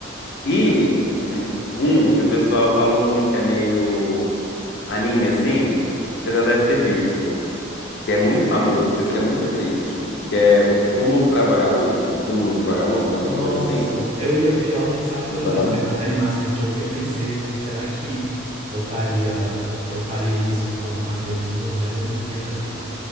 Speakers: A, on the left (about 55°); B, on the right (about 30°).
A: E hum, um que o pessoal falou muito, que é meio anime assim, você já deve ter visto, que é muito famoso, diz que é muito triste, que é o Túmulo para Vagalumes, Túmulo de Vagalumes, alguma
B: Nossa,
A: coisa assim,
B: eu ia. Pior que, sabe quando
A: dos
B: eu
A: vagalumes.
B: tava vendo animações que eu vi, eu pensei assim, será que eu faria, eu faria isso com a família do Bruno, mas eu não podia fazer.